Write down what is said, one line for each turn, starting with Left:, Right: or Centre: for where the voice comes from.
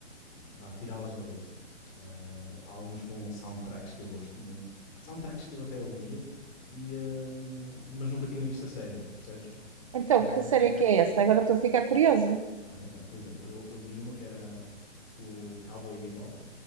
Left: vá, tirá-las da lista. Ah, há algumas com soundtracks que eu gosto muito, soundtracks que eu até ouvia, e, ah, mas nunca tinha visto a série, percebes?
Right: Então,
Left: Ah,
Right: que série é que é essa? Agora estou a ficar curiosa.
Left: Ah, então, por exemplo, eu, eu vi uma que era o Cowboy Bebop,